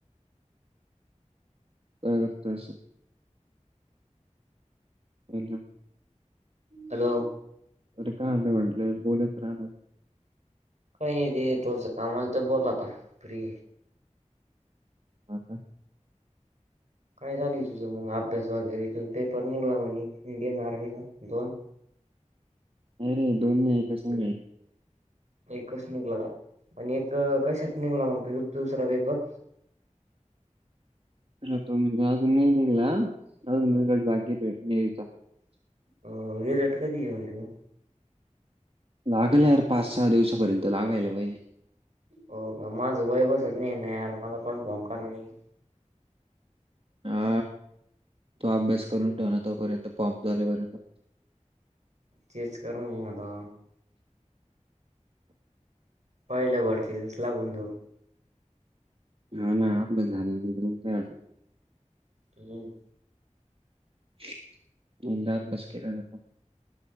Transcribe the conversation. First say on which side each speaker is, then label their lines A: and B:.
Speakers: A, on the right (about 50°); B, on the right (about 65°).
A: का करतश. हो ना.
B: हॅलो!
A: तर का वड बोलत रा.
B: का ते थोडसा कामवा तर बहत आता फ्री.
A: हो का.
B: काय झाली तुझं मग अभ्यास वगैरे तुझ पेपर निघला म्हण इंडियन आर्मिला दोन.
A: अ रे दोन नाही कस र.
B: कस निघला आणि एक कशात निघला मग त दुसरा पेपर.
A: ह तोे अ न देला अून रिझलट बाकीे नेचा.
B: अ रे रेट कधी आहे म्हणजे.
A: लागलर पाच-सहा दिवसापर्यंत लागायला पाहिजे.
B: हो का माझं वय बसत नाही नाही यार मला पण फॉ्ब टाक नाही.
A: हा तो अभ्यास करून ठेव ना तोपर्यंत पॉम्प झालेपर्यंत.
B: तेचेच कर नाही आता. पहिले भडकीेस लागून तो.
A: हा ना आपलं झालं तर म का.
B: हम्म.
A: <unintelligible>